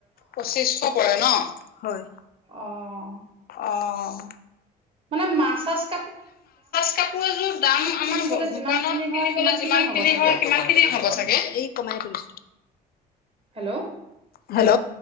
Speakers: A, on the left (about 50°); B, on the right (about 30°).
A: পঁচিশশ পৰে ন- হয়।
B: অ-অ-অ
A: অঁ
B: মানে মাছ চাছ
A: কাপোৰ এযোৰ দাম
B: কিনিবলৈ
A: আমাৰ দোকানত
B: যিমান খিনি হয়
A: কিনিবলৈ
B: সিমান খিনিয়ে
A: যিমান
B: হ'ব চাগে?
A: হয় সিমান খিনিয়ে হ'ব চাগে।
B: হেল্ল'
A: হেল্ল,